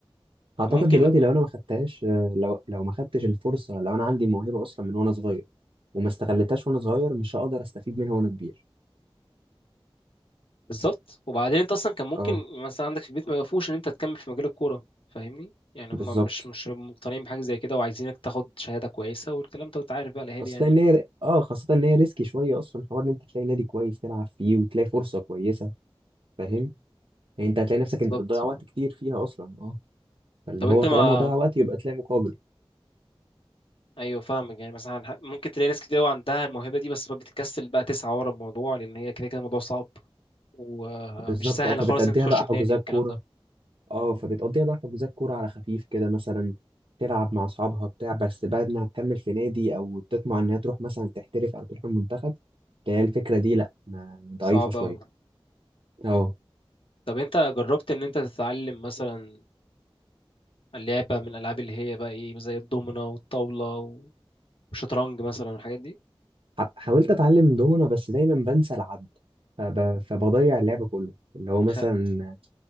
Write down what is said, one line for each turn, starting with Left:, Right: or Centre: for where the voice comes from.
Right: اعتقد
Left: ممكن
Right: دلوقتي لو انا ما خدتهاش لو لو ما خدتش الفرصة لو انا عندي موهبة اصلا من وانا صغير وما استغلتهاش وانا صغير مش هقدر استفيد منها وانا كبير
Left: بالظبط وبعدين انت اصلا كان ممكن
Right: اه
Left: مثلا عندك في البيت ما يوقفوش ان انت تكمل في مجال الكوره فاهمني يعني
Right: بالظبط
Left: هم مش مش مقتنعين بحاجه زي كده وعايزينك تاخد شهاده كويسه والكلام ده وانت عارف بقى الاهالي
Right: خاصة
Left: يعني
Right: ان هي اه خاصة ان هي ريسكي شوية اصلا حوار ان انت تلاقي نادي كويس تلعب فيه وتلاقي فرصة كويسة فاهم يعني انت هتلاقي نفسك
Left: بالظبط
Right: انت بتضيع وقت كتير فيها اصلا اه فاللي
Left: طب
Right: هو
Left: انت
Right: طالما
Left: ما
Right: هضيع وقت يبقى تلاقي مقابل
Left: ايوه فاهمك يعني مثلا ح- ممكن تلاقي ناس كتير قوي عندها الموهبه دي بس بتكسل بقى تسعى ورا الموضوع لان هي كده كده الموضوع صعب ومش
Right: بالظبط
Left: سهل
Right: اه فبتأديها
Left: خالص انك تخش
Right: بقى
Left: في
Right: حجوزات
Left: نادي والكلام
Right: كورة
Left: ده
Right: اه فبتقضيها بقى حجوزات كورة على خفيف كده مثلا تلعب مع اصحابها بتاع بس بعد ما تكمل في نادي او تطمع انها تروح مثلا تحترف او تروح المنتخب تلاقي الفكرة دي لا ما ضعيفة
Left: صعب
Right: شوية
Left: أوي
Right: اه
Left: طب أنت جربت إن أنت تتعلم مثلا اللعبة من الألعاب اللي هي بقى إيه زي الدومينة والطاولة والشطرنج مثلا والحاجات دي
Right: ح- حاولت اتعلم دومنا بس دايما بنسى العد فب... فبضيع اللعب كله اللي هو مثلا
Left: خ...